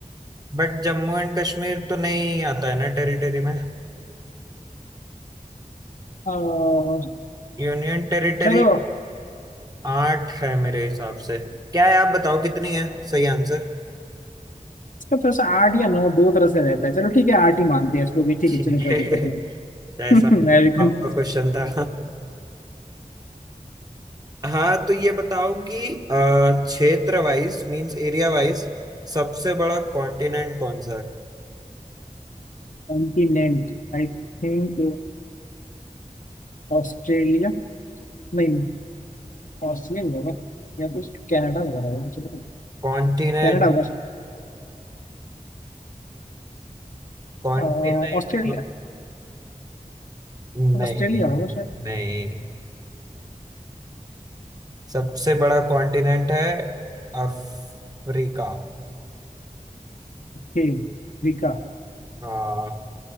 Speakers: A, on the right (about 25°); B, on the left (about 65°).
A: बट जम्मू एंड कश्मीर तो नहीं आता है ना टेरिटरी में
B: आ,
A: यूनियन टेरिटरी
B: चलो
A: आठ है मेरे हिसाब से क्या है आप बताओ कितनी है सही आंसर
B: इसका तो ऐसा आर्ट या नौ दो तरह से रहता है चलो ठीक है आर्ट ही मानते हैं इसको भी ठीक
A: ठीक
B: है चलो कोई
A: है
B: दिक्कत
A: <laughs>
B: नहीं
A: जैसा
B: <laughs> American
A: आपका क्वेश्चन था <laughs> हाँ तो ये बताओ कि अ, क्षेत्र वाइज मींस एरिया वाइज सबसे बड़ा कॉन्टिनेंट कौन सा है
B: Continent I think Australia नहीं ऑस्ट्रेलिया भी होगा या कुछ कनाडा वगैरह होगा चलो
A: कॉन्टिनेंट
B: कनाडा होगा शायद।
A: कॉन्टिनेंट
B: अह, ऑस्ट्रेलिया
A: नहीं
B: ऑस्ट्रेलिया होगा शायद
A: नहीं सबसे बड़ा कॉन्टिनेंट है अफ्रीका
B: ठीक अफ्रीका
A: हाँ